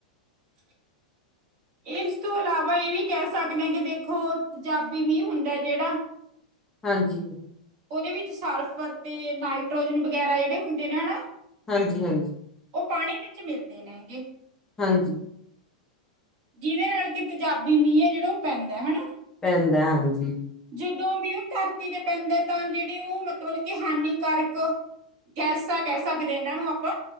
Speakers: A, on the right; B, on the left.
A: <unintelligible> ਇਸ ਤੋਂ ਇਲਾਵਾ ਇਹ ਵੀ ਕਹਿ ਸਕਦੇ ਹਾਂ ਕਿ ਦੇਖੋ ਪਤੇਜ਼ਾਬੀ ਮੀਂਹ ਹੁੰਦਾ ਜਿਹੜਾ
B: ਹਾਂਜੀ।
A: ਉਹਦੇ ਵਿੱਚ ਸਲਫਰ ਤੇ ਨਾਈਟ੍ਰੋਜਨ ਵਗੈਰਾ ਜਿਹੜੇ ਹੁੰਦੇ ਨੇ ਹਨਾ
B: ਹਾਂਜੀ-ਹਾਂਜੀ।
A: ਉਹ ਪਾਣੀ ਵਿੱਚ ਮਿਲਦੇ ਨੇ ਗੇ।
B: ਹਾਂਜੀ।
A: ਜਿਹਦੇ ਨਾਲ ਕਿ ਤੇਜ਼ਾਬੀ ਮੀਂਹ ਹੈ ਜਿਹੜਾ ਉਹ ਪੈਂਦਾ ਹਨਾ।
B: ਪੈਂਦਾ ਹਾਂਜੀ।
A: ਜਦੋਂ ਵੀ ਉਹ ਧਰਤੀ ਦੇ ਪੈਂਦਾ ਤਾਂ ਜਿਹੜੇ ਉਹ ਮਤਲਬ ਕਿ ਹਾਨੀਕਾਰਕ, ਗੈਸਾ ਕਹਿ ਸਕਦੇ ਹਾਂ ਇਹਨਾਂ ਨੂੰ ਆਪਾਂ।